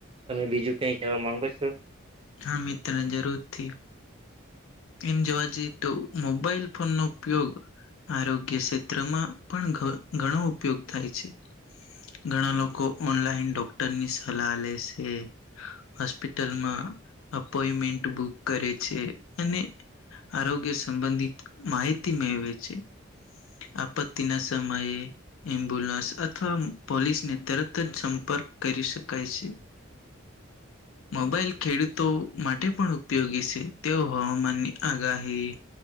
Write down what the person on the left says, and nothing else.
હા, મિત્ર જરૂરથી એમ જોવા જઈ તો મોબાઈલ ફોન નો ઉપયોગ આરોગ્ય ક્ષેત્રમાં પણ ઘણો ઉપયોગ થાય છે ઘણા લોકો ઓનલાઈન ડોક્ટરની સલાહ લેશે હોસ્પિટલમાં અપોઈમેન્ટ બુક કરે છે અને આરોગ્ય સંબંધિત માહિતી મેળવે છે આપત્તિના સમયે એમ્બ્યુલન્સ અથવા પોલીસને તરત જ સંપર્ક કરી શકાય છે મોબાઈલ ખેડૂતો માટે પણ ઉપયોગી શે તેઓ હવામાનની આગાહી